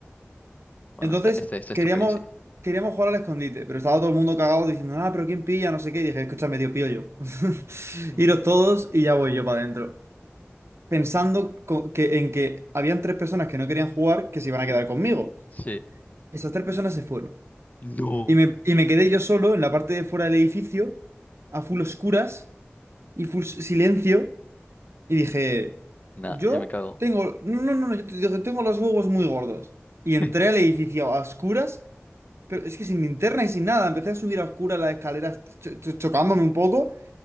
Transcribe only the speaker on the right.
Entonces,
queríamos,
queríamos jugar al escondite, pero estaba todo el mundo cagado diciendo, ah, pero ¿quién pilla? No sé qué. Y dije, escúchame, tío, pillo yo. <laughs>
Iros todos y ya voy yo para adentro. Pensando co- que, en que habían tres personas que no querían jugar que se iban
a quedar conmigo.
Esas tres personas se fueron.
Y me, y me quedé yo solo en la parte de fuera del edificio, a full oscuras y full s- silencio. Y dije,
yo
tengo, no, no, no, yo te- tengo los huevos muy gordos. Y entré
al edificio a oscuras Pero es que sin linterna y sin nada, empecé a subir a oscuras las escaleras, cho- cho- chocándome un poco,